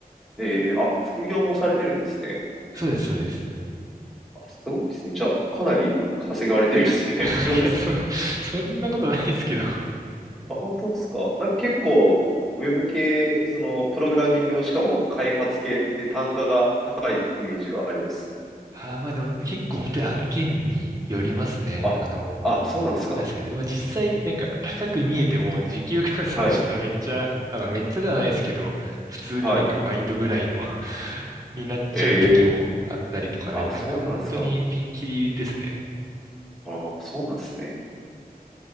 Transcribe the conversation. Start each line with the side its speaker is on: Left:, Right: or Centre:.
Centre: えー、あ、副業もされてるんですね。
Right: そうです、そうです。
Centre: あ、すごいですね。じゃあ、かなり稼がれてるですね。
Right: <laughs>
Centre: <laughs> すごいですね。
Right: いや、そ、そんなことないですけど。
Centre: あ、本当ですか。なんか結構、ウェブ系、その、プログラミングの、しかも開発系って単価が高いイメージがあります。
Right: ああ、まあでも結構本当に案件によりますね。
Centre: あ、
Right: あの、
Centre: あ、そうなんですか。
Right: なんですかね。まあ実際になんか高く見えても時給換算したらめっちゃ、
Centre: はい。
Right: あ、まあめっちゃではないですけど、普通になんかバイトぐらいの
Centre: はい。
Right: <laughs> になっちゃう時もあったりとかで、
Centre: ええあ、
Right: なんか本当にピンキリですね。
Centre: そうなんですか。ああ、そうなんですね。